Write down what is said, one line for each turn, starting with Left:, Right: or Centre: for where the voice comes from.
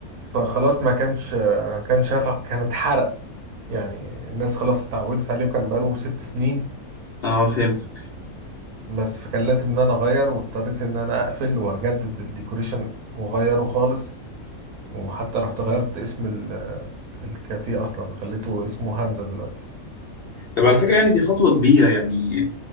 Right: فخلاص ما كانش آه، كان شافع كان اتحرق يعني الناس خلاص اتعودت عليه وكان بقاله ست سنين
Left: اه فهمتك
Right: بس فكان لازم ان انا اغير واضطريت ان انا اقفل واجدد الديكوريشن واغيره خالص وحتى رحت غيرت اسم ال- الكافيه اصلا خليته اسمه همزة دلوقتي
Left: طب على فكره يعني دي خطوه كبيره يعني